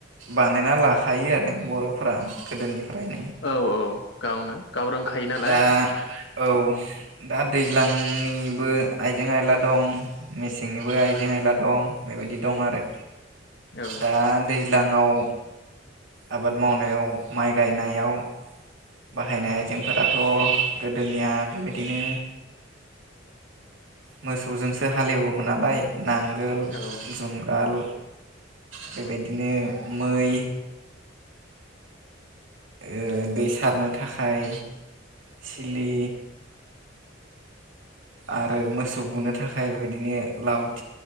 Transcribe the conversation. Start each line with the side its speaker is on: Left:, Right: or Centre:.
Right: बानायना लाखायो आरो बर'फोरा गोदोनिफ्रायनो।
Left: औ औ गावनो। गाव रोंखायो नालाय।
Right: दा औ दा दैज्लांनिबो आइजें आइला दं मेसेंनिबो आइजें आइला दं बेबायदि दं आरो।
Left: औ
Right: दा दै लाङाव आबाद मावनायाव माइ गायनायाव बाहायनाय आइजेंफोराथ गोदोनिया बेबायदिनो मोसौजोंसो हालेवोमोन नालाय। नांगोल
Left: औ
Right: जुंगाल बेबायदिनो मै ओ दै सारनो थाखाय सिलि आरो मोसौ बुनो थाखाय बेबायदिनो लाव